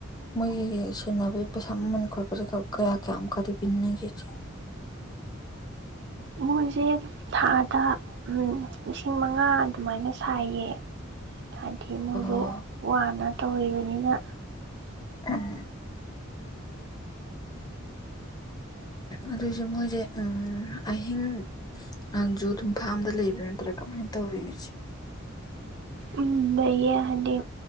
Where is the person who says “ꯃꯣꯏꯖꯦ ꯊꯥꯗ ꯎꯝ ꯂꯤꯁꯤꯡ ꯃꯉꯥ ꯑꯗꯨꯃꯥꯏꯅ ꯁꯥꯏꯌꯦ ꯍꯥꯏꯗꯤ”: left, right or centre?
Right